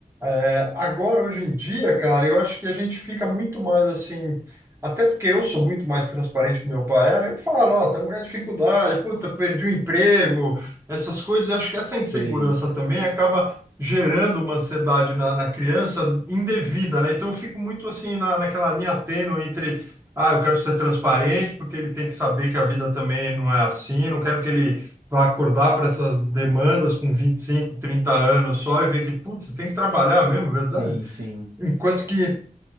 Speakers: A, on the right; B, on the right.
A: É, agora, hoje em dia, cara, eu acho que a gente fica muito mais assim. Até porque eu sou muito mais transparente que meu pai era, eu falo, ó, estamos com dificuldade, puta, perdi o emprego, essas coisas, eu acho que essa insegurança
B: Sei.
A: também acaba gerando uma ansiedade na, na criança indevida, né? Então eu fico muito assim na, naquela linha tênue entre, ah, eu quero ser transparente, porque ele tem que saber que a vida também não é assim, não quero que ele vai acordar para essas demandas com 25, 30 anos só e ver que, putz, você tem que trabalhar mesmo, é verdade?
B: Sim, sim.
A: Enquanto que,